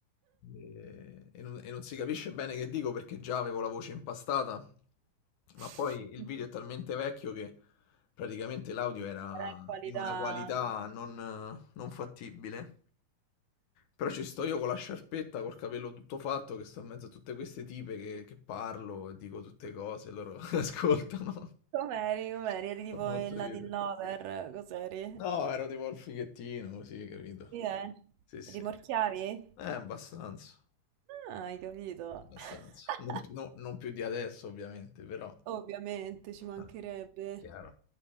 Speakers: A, on the left; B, on the right.
A: e, e non, e non si capisce bene che dico perché già avevo la voce impastata, ma
B: <laughs>
A: poi il video è talmente vecchio che praticamente l'audio era
B: Era in qualità.
A: in una qualità non, non fattibile. Però ci sto io con la sciarpetta, col capello tutto fatto, che sto in mezzo a tutte queste tipe che, che parlo e dico tutte cose, loro <laughs> ascoltano.
B: Com'eri? Com'eri? Eri tipo
A: Fa molto
B: il
A: ridere.
B: Latin Lover? Cos'eri?
A: No, ero tipo il fighettino, così, capito?
B: Sì, eh.
A: Sì, sì.
B: Rimorchiavi?
A: Eh, abbastanza.
B: Ah, hai capito.
A: Abbastanza.
B: <laughs>
A: Non, no- non più di adesso, ovviamente, però.
B: Ovviamente, ci mancherebbe.
A: Ah, chiaro.